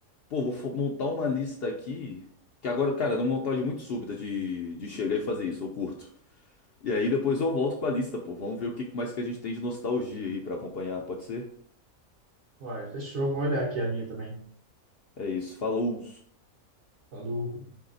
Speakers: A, on the left; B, on the right.
A: Pô, vou fo- montar uma lista aqui, que agora, cara, é uma montagem muito súbita de, de chegar e fazer isso, eu curto. E aí depois eu volto com a lista, pô, vamos ver o que mais que a gente tem de nostalgia aí pra acompanhar, pode ser?
B: Uai, fechou. Vou olhar aqui a minha também.
A: É isso, falou!
B: Quando